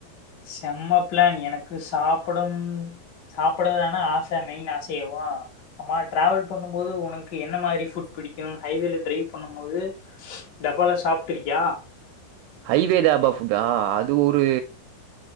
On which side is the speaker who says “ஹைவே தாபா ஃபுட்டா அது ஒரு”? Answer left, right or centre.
Right